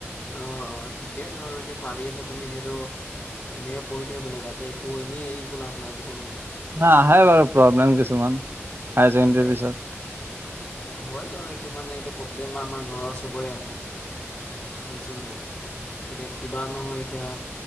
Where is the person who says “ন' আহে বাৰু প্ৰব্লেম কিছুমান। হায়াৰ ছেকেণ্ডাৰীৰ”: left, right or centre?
Right